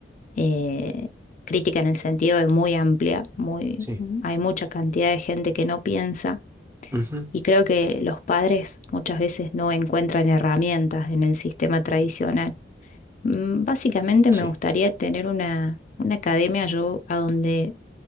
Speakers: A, on the left (about 45°); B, on the right (about 15°).
A: eh, crítica en el sentido de muy amplia, muy,
B: Sí,
A: hay mucha cantidad de gente que no piensa.
B: ujú,
A: Y creo que los padres muchas veces no encuentran herramientas en el sistema tradicional. Mm, Básicamente
B: sí,
A: me gustaría tener una, una academia yo a donde